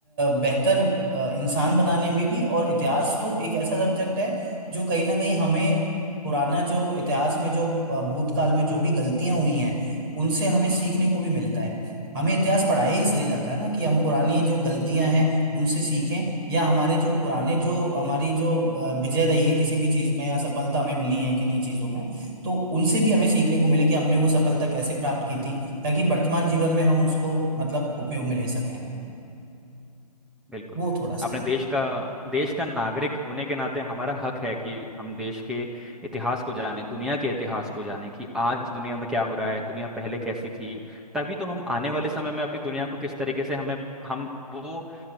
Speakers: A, on the right; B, in the centre.
A: बेहतर अ, इंसान बनाने में भी और इतिहास तो एक ऐसा सब्जेक्ट है जो कहीं ना कहीं हमें पुराना जो इतिहास में जो अ, भूतकाल में जो भी गलतियां हुई हैं उनसे हमें सीखने को भी मिलता है हमें इतिहास पढ़ाया ही इसलिए जाता है ना कि हम पुरानी जो गलतियां हैं उनसे सीखें या हमारे जो पुराने जो हमारी जो अ, विजय रही है किसी भी चीज में या सफलता हमें मिली है किन्हीं चीजों में तो उनसे भी हमें सीखने को मिलेगी हमने वो सफलता कैसे प्राप्त की थी ताकि वर्तमान जीवन में हम उसको मतलब उपयोग में ले सकें
B: बिल्कुल
A: वो थोड़ा सा
B: अपने
A: है
B: देश का देश का नागरिक होने के नाते हमारा हक है कि हम देश के इतिहास को जाने दुनिया के इतिहास को जाने कि आज दुनिया में क्या हो रहा है दुनिया पहले कैसी थी तभी तो हम आने वाले समय में अपनी दुनिया को किस तरीके से हमें हम वो